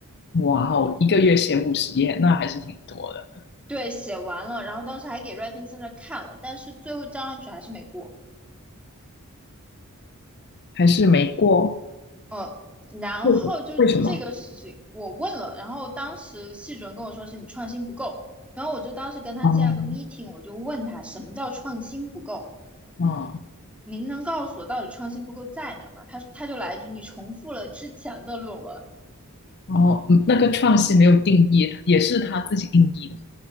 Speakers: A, on the left (about 50°); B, in the centre.
A: 哇哦，一个月写五十页，那还是挺多的，
B: 对，写完了。然后当时还给 Writing 在那看了，但是最后交上去还是没过。
A: 还是没过，
B: 嗯，然后就这个事情我问了，
A: 为什为什么？
B: 然后当时系主任跟我说是你创新不够，然后我就当时跟他建了个
A: 哦，
B: meeting，我就问他什么叫创新不够，
A: 哦，
B: 您能告诉我到底创新不够在哪儿吗？他他就来一句你重复了之前的论文，
A: 哦，嗯那个创新没有定义，也是他自己定义的。